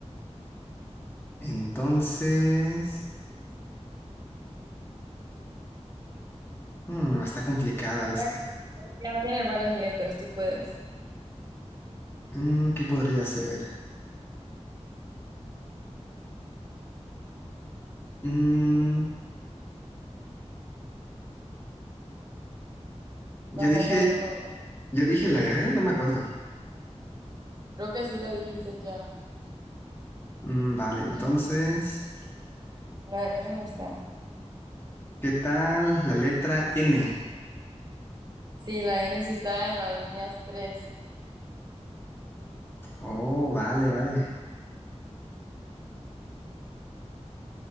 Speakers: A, on the left (about 20°); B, on the right (about 35°).
A: entonces, mm, está complicada
B: Mira
A: esta.
B: Ya tiene varias letras, tú puedes.
A: Mm, ¿qué podría ser? Mm,
B: Vamos,
A: ya dije,
B: vamos, vamos.
A: ya dije la R, no me acuerdo.
B: Creo que sí lo dijiste ya.
A: Mm, vale, entonces,
B: Ajá. La R no está.
A: ¿qué tal la letra N?
B: Sí, la N sí está en la línea tres.
A: Oh, vale, vale.